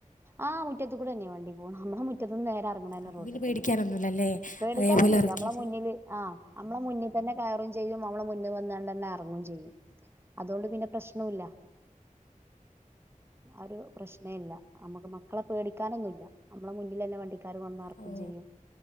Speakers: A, on the right; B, on the left.
A: ആഹ് മുറ്റത്ത് കൂടെ തന്നെയ വണ്ടി പോണത് നമ്മുടെ മുറ്റ ട്ടത്തിന്ന് നേരെ ഇറങ്ങണെ ന്നെ
B: അപ്പോൾ
A: റോട്ടിക്ക്
B: പിന്നെ പേടിക്കാനൊന്നുമില്ലല്ലേ
A: തന്നെയാണ് പേടിക്കാനൊന്നുല്ല
B: അതേപോലെ ഇറക്കിയിട്ട്
A: നമ്മളെ മുന്നില് ആഹ് നമ്മളെ മുന്നിൽ തന്നെ കയറും ചെയ്യും നമ്മള് മുന്നിൽ വന്നുകണ്ട് തന്നെ ഇറങ്ങുകയും ചെയ്യും അതുകൊണ്ട് പിന്നെ പ്രശ്നവില്ല ആ ഒരു പ്രശ്നെല്ല നമ്മുക്ക് മക്കളെ പേടിക്കാനൊന്നുമില്ല നമ്മളെ മുന്നിൽ തന്നെ വണ്ടി ആൾക്കാർ വന്ന് എറക്കും
B: ഓ
A: ചെയ്യും